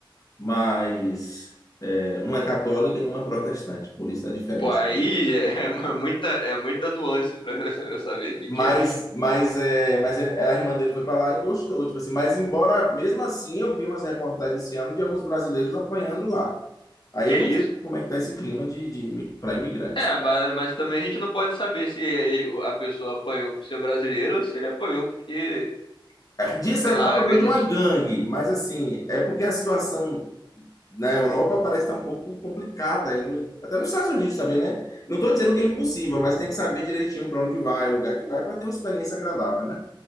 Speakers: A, on the left; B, on the left.
A: Mas é, uma é católica e uma é protestante, por isso a diferença.
B: Pô, aí é, <laughs> uma- muita, é muita nuance pra, <laughs> pra saber o que, que
A: Mas,
B: é.
A: mas, é, mas ele- a irmã dele foi para lá e gostou, tipo assim, mas embora, mesmo assim, eu vi umas reportagens esse ano de alguns brasileiros apanhando lá. Aí
B: Que
A: eu
B: isso?
A: não sei como é que tá esse clima de, de, para imigrante.
B: É, mas, mas também a gente não pode saber se ele- a pessoa apanhou por ser brasileiro ou se ele apanhou porque,
A: É, Disse
B: sei
A: apanhou
B: lá, às vezes.
A: de uma gangue, mas assim, é porque a situação na Europa parece estar um pouco complicada, e no- até nos Estados Unidos também, né? Não estou dizendo que é impossível, mas tem que saber direitinho para onde vai, o lugar que vai, para ter uma experiência agradável, né?